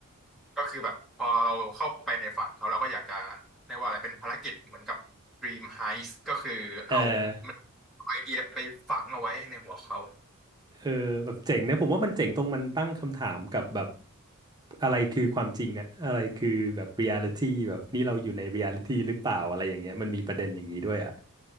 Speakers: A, in the centre; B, on the right.
A: ก็คือแบบพอเราเข้าไปในฝันเขาเราก็อยากจะเรียกว่าอะไรเป็นภารกิจเหมือนกับ Dream Heist ก็คือเอามันเอาไอเดียไปฝังเอาไว้ในหัวเขา
B: เออ เออแบบเจ๋งนะผมว่ามันเจ๋งตรงมันตั้งคำถามกับแบบอะไรคือความจริงอะอะไรคือแบบเรียลิตี้แบบนี่เราอยู่ในเรียลิตี้หรือเปล่าอะไรอย่างเงี้ยมันมีประเด็นอย่างนี้ด้วยอะ